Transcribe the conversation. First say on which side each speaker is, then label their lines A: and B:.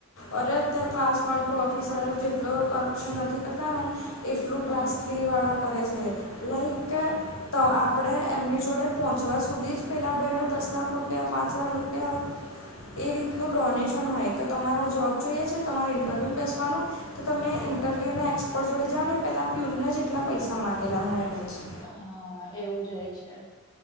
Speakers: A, on the left (about 65°); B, on the left (about 20°).
A: અરે અત્યારે ક્લાસ વન ટુ ઓફિસ જેટલો કરપ્શન નથી. કરતા ને, એટલું
B: હમ
A: ક્લાસ થ્રી વાળા કરે છે, લાઈક કે તો આપણે એમની જોડે પહોંચવા સુધી જ પહેલાં ભાઈને દસ લાખ રૂપિયા પાંચ લાખ રૂપિયા એ રીતનું ડોનેશન હોય કે તમારા જોબ જોઈએ છે તમારે ઇન્ટરવ્યુ બેસવાનું. તો તમે
B: હ
A: ઇન્ટરવ્યૂના એક્સપર્ટ જોડે જાઓ ને પહેલાં પ્યુને જ એટલા પૈસા માગેલા હોય એણે જ.
B: હા એવું જ હોય છે.